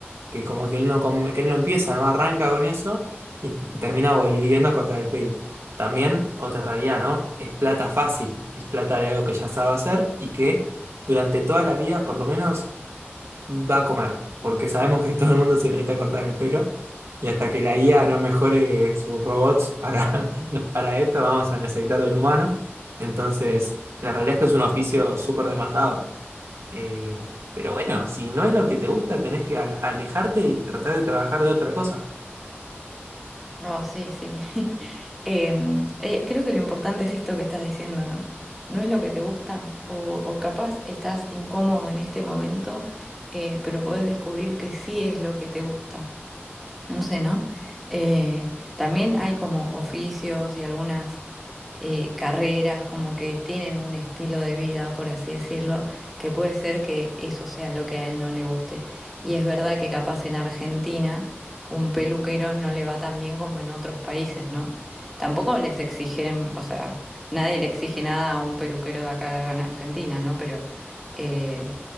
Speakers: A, on the right; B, in the centre.
A: que como que él no, com- que él no empieza, no arranca con eso y termina volviendo a cortar el pelo. También, otra realidad, ¿no? Es plata fácil, es plata de algo que ya sabe hacer y que durante toda la vida por lo menos va a comer, porque sabemos que todo el mundo se necesita cortar el pelo y hasta que la IA no mejore sus robots para, <laughs> para esto vamos a necesitar del humano. Entonces, la realidad es que es un oficio súper demandado. Eh, pero bueno, si no es lo que te gusta, tenés que al- alejarte y tratar de trabajar de otra cosa.
B: Oh, sí, sí. <laughs> Em, eh, creo que lo importante es esto que estás diciendo, ¿no? No es lo que te gusta o, o capaz estás incómodo en este momento, eh, pero podés descubrir que sí es lo que te gusta. No sé, ¿no? Eh, también hay como oficios y algunas eh, carreras, como que tienen un estilo de vida, por así decirlo, que puede ser que eso sea lo que a él no le guste. Y es verdad que capaz en Argentina un peluquero no le va tan bien como en otros países, ¿no? Tampoco les exigen, o sea, nadie le exige nada a un peluquero de acá en Argentina, ¿no? Pero eh,